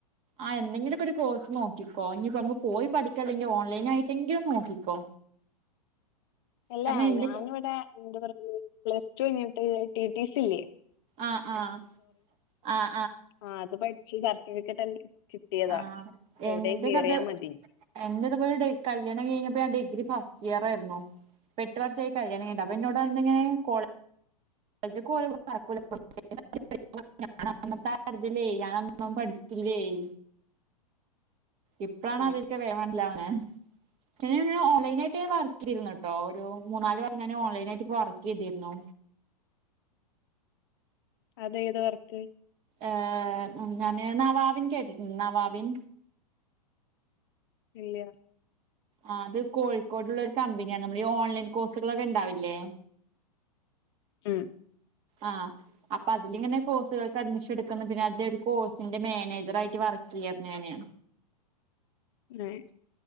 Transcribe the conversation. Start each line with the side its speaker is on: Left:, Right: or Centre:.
Right: ആഹ് എന്തെങ്കിലൊക്കൊരു കോഴ്സ് നോക്കിക്കോ ഇഞ്ഞിയിപ്പോ നമുക്ക് പോയി പഠിക്ക അല്ലെങ്കി ഓൺലൈനായിട്ടെങ്കിലും നോക്കിക്കോ.
Left: അല്ല
Right: കാരണം എന്റെ
Left: ഞാനിവിടെ എന്താ പറഞ്ഞു പ്ലസ് ടു കയിഞ്ഞിട്ട് ടി ടി സി ഇല്ലേ?
Right: ആഹ് ആഹ് ആഹ്
Left: ആഹ് അത് പഠിച്ച് സർട്ടിഫിക്കറ്റെല്ലാ കിട്ടിയതാ
Right: ആഹ് എന്റെ
Left: എവിടേ കേറിയാ
Right: കഥ
Left: മതി.
Right: എന്റെ ഇതുപോലെ ഡി കല്ല്യാണം കഴിഞ്ഞപ്പോ ഞാൻ ഡിഗ്രി ഫസ്റ്റ് ഇയറായിരുന്നു. ഇപ്പെട്ടുവർഷായി കല്ല്യാണം കഴിഞ്ഞിട്ട് അപ്പൊ ഇന്നോട് അന്നിങ്ങനെ കോൾ ജ്ജ് കോ നടക്കൂല <unintelligible> <unintelligible> തിലേയ് ഞാൻ ഒന്നും പഠിച്ചിട്ടില്ലേയ്. ഇപ്പളാണ്
Left: ഉം
Right: അതനിക് വേ മനസ്സിലാവണേ. <unintelligible> ഓൺലൈനായിട്ട് ഞാൻ വർക്ക് ചെയ്തിരുന്നു ട്ടോ ഒരു മൂന്നാല് വർഷം ഞാന് ഓൺലൈനായിട്ട് ഇപ്പോ വർക്ക് ചെയ്തിരുന്നു.
Left: അതേത് വർക്ക്?
Right: ഏ ഞാന് നവാബിൻ കെട്ടി നവാബിൻ
Left: ഇല്ല്യാ.
Right: ആ അത് കോഴിക്കോടുള്ള ഒരു കമ്പനിയാണ് നമ്മളീ ഓൺലൈൻ കോസുകള്ളൊക്കെ ഇണ്ടാവില്ലേ?
Left: ഉം
Right: ആഹ് അപ്പൊ അതിലിങ്ങനെ കോഴ്സുകൾക്ക് അഡ്മിഷൻ എടുക്കുന്നുണ്ട് പിന്നെ അത് ഒരു കോഴ്സിന്റെ മേനേജറായിട്ട് വർക്ക് ചെയ്യാരുന്നു ഞാന്
Left: <unintelligible>